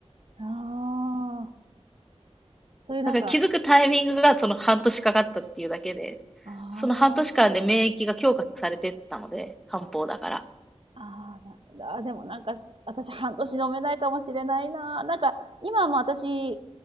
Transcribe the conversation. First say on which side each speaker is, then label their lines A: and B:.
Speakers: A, on the right; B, in the centre.
A: ああ、そういうなんか、
B: だから気づくタイミングがその半年かかったっていうだけで、
A: あ
B: その半年間で免疫が強化されてったので、漢方だから。
A: あ、ああ、なんだ、でもなんか、私半年飲めないかもしれないな。なんか、今も私、